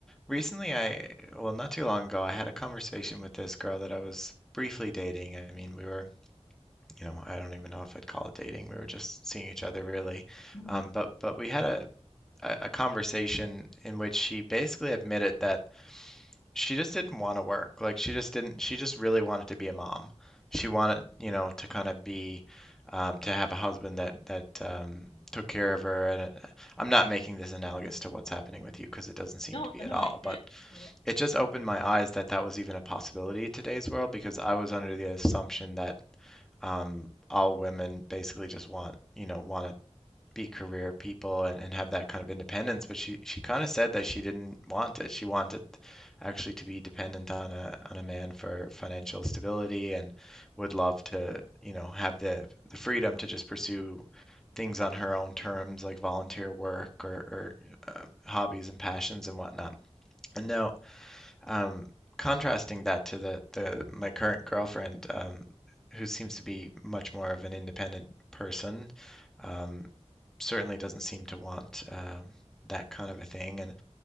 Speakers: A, in the centre; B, on the left.
A: recently I well not too long ago I had a conversation with this girl that I was briefly dating. I mean we were you know I don't even know if I'd call it dating. We were just seeing each other really,
B: Mhm.
A: um, but but we had a a a conversation in which she basically admitted that she just didn't want to work. Like she just didn't, she just really wanted to be a mom. She wanted, you know, to kind of be, um, to have a husband that that um, took care of her. And it, I'm not making this analogous to what's happening with you because it doesn't seem
B: no,
A: to be
B: no,
A: at all.
B: I get
A: But
B: it. I get it.
A: it just opened my eyes that that was even a possibility in today's world because I was under the assumption that um, all women basically just want, you know, want to be career people and, and have that kind of independence, but she she kind of said that she didn't want it. She wanted actually to be dependent on a on a man for financial stability and would love to, you know, have the the freedom to just pursue things on her own terms, like volunteer work or, or uh, hobbies and passions and whatnot. And now um, contrasting that to the the my current girlfriend, um, who seems to be much more of an independent person, um, certainly doesn't seem to want um, that kind of a thing. And